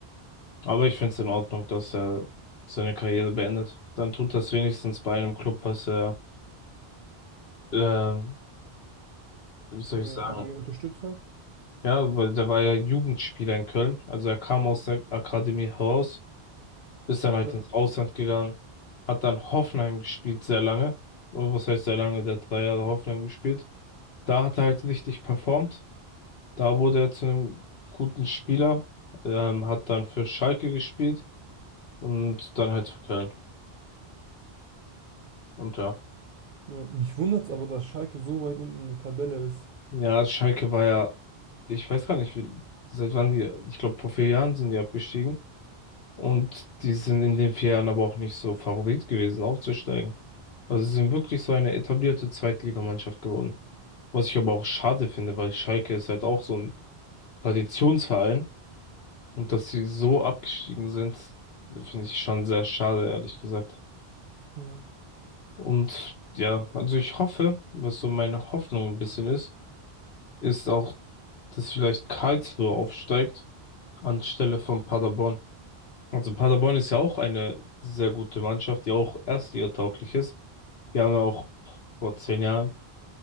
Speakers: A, on the left; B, on the right.
A: Aber ich finde es in Ordnung, dass er seine Karriere beendet. Dann tut das wenigstens bei einem Club, was er, ähm, wie soll
B: Den
A: ich
B: er
A: sagen?
B: lange unterstützt hat.
A: Ja, weil der war ja Jugendspieler in Köln. Also er kam aus der Akademie heraus, ist dann halt
B: Ja.
A: ins Ausland gegangen, hat dann Hoffenheim gespielt sehr lange. Oh, Was heißt sehr lange? Der hat drei Jahre Hoffenheim gespielt. da hat er halt richtig performt. Da wurde er zu einem guten Spieler, ähm, hat dann für Schalke gespielt und dann halt für Köln. Und ja.
B: Ja. Mich wundert's aber, dass Schalke so weit unten in der Tabelle ist.
A: Ja, Schalke war ja, ich weiß gar nicht, wie, seit wann die, ich glaube vor vier Jahren sind die abgestiegen. Und die sind in den vier Jahren aber auch nicht so Favorit gewesen, aufzusteigen. Also sie sind wirklich so eine etablierte Zweitligamannschaft geworden. Was ich aber auch schade finde, weil Schalke ist halt auch so ein Traditionsverein. Und dass sie so abgestiegen sind, finde ich schon sehr schade, ehrlich gesagt.
B: Ja.
A: Und ja, also ich hoffe, was so meine Hoffnung ein bisschen ist, ist auch, dass vielleicht Karlsruhe aufsteigt anstelle von Paderborn. Also Paderborn ist ja auch eine sehr gute Mannschaft, die auch erstligatauglich ist. Die haben ja auch vor zehn Jahren